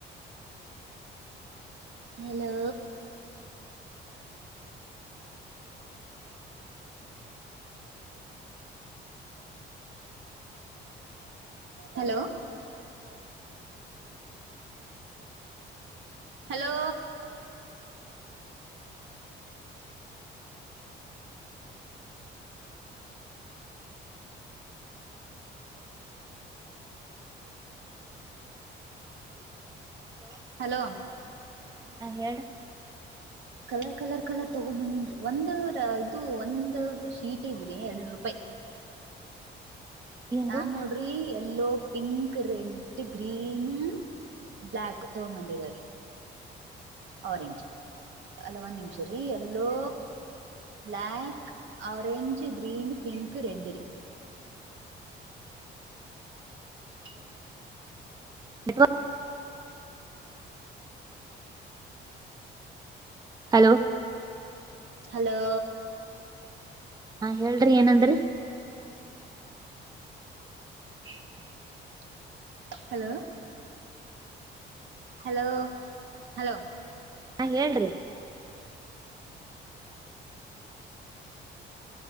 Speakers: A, on the right; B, on the right.
A: ಹಲೋ ಹಲೋ ಹಲೋ ಹ್ಮ್ ಹಲೋ
B: ಹಾ ಹೇಳ
A: ಕಲರ್ ಕಲರ್ ಕಲರ್ ತಗೊಂಡ್ ಬಂದಿನ್ರಿ ಒಂದ ರ ಇದು ಒಂದು ಶೀಟ್ಗ್ರಿ ಎರಡು ರೂಪಾಯಿ
B: ಏನ್ರಿ
A: ನಾನ್ ನೋಡ್ರಿ yellow pink red green black ತೊಗೊಬಂದ ಇದಾವ ರೀ ಆರೆಂಜ್ ಅಲ್ಲ ಒಂದ್ ನಿಮಿಷ ರೀ yellow black orange green pink red ರೀ ಹ
B: ಇ ಹಲೋ
A: ಹಲೋ
B: ಹಾ ಹೇಳ್ರಿ ಏನಂದ್ರಿ
A: <inaudible> ಹಲೋ ಹಲೋ ಹಲೋ
B: ಹಾ ಹೇಳ್ರಿ